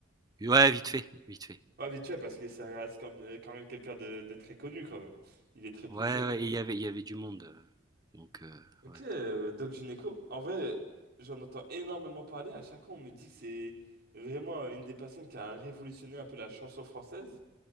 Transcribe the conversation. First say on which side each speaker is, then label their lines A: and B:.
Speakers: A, on the right; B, on the right.
A: Ouais vite fait, vite fait.
B: Ouais, vite fait, parce que ça reste comme, euh, quand même quelqu'un de, de très connu quand même. Il est très prisé.
A: Ouais, ouais, Et il y avait il y avait du monde, heu, donc heu,
B: Ok,
A: ouais,
B: euh, Doc Gynéco. En vrai, j'en entends énormément parler. À chaque fois, on me dit que c'est vraiment une des personnes qui a révolutionné un peu la chanson française.